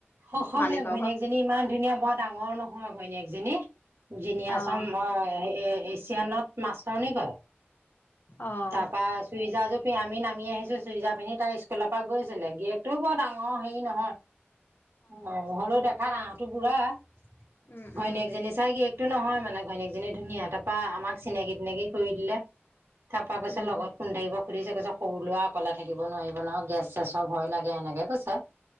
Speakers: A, on the right; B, on the left.
A: অসমীয়া
B: মালিকৰ
A: ঘৈনীয়েকজনী
B: ঘৰ
A: ইমান ধুনীয়া বৰ ডাঙৰ নহীয়া ভৈনীয়েকজনী জিন আছৰ
B: অ',
A: এছিয়ানত মাছ ধৰ ন কয়
B: অ',
A: তাৰ পৰাা চুই যাৰ য আমি নামি আহিছো চুৰিজা পিন্ধি তাই স্কুলৰ পৰা গৈছিলে গিয়েকতটোও বৰ ডাঙৰ হেৰি নহয় অ হলেও দেখাত আহটো বুঢ়া হয়
B: উম, উম,
A: ন একজনী চাগ কিি একটো নহয় মানে ঘৈনীয়েকজনী ধুনীয়া তাৰপা আমাক চিনাকি তেিনাকি কৰি দিলে থাপা গৈছে
B: উম।
A: লগত কোনন্দ থাকিব সুধিছে কৈছে কৰু লোৱা অককলা থাকিব নোৱাৰিব নহয় গেছ চেছ সব ভয় লাগে এনেকে কৈছে